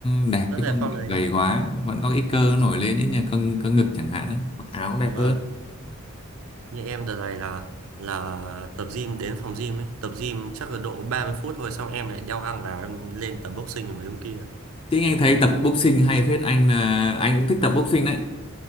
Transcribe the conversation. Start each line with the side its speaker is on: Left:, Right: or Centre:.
Left: ờ, đẹp
Right: rất
Left: chứ
Right: về
Left: không
Right: form
Left: bị
Right: đấy
Left: gầy
Right: đúng không
Left: quá
Right: ờ
Left: vẫn có ít cơ
Right: đúng
Left: nổi
Right: không
Left: lên ít như cân cân ngực chẳng hạn ấy mặc áo cũng đẹp
Right: vâng
Left: hơn
Right: như em đợt này là là tập gym đến phòng gym ấy tập gym chắc là độ 30 phút thôi xong em lại đeo găng vào em lên tập boxing với mấy ông kia
Left: chứ anh thấy tập boxing hay phết anh là anh cũng thích tập boxing đấy